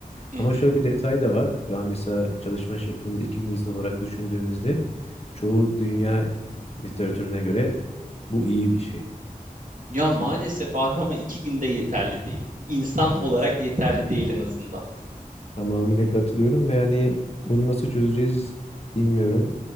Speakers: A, on the right; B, on the left.
A: <laughs>
B: Ama şöyle bir detay da var. Şu an mesela çalışma şeklimiz iki gün izin olarak düşündüğümüzde çoğu dünya literatürüne göre bu iyi bir şey.
A: Ya maalesef
B: Hani
A: abi ama iki günde yeterli değil. İnsan
B: ne
A: olarak
B: yazık ki.
A: yeterli değil en azından.
B: Tamamıyla katılıyorum ve hani bunu nasıl çözeceğiz bilmiyorum.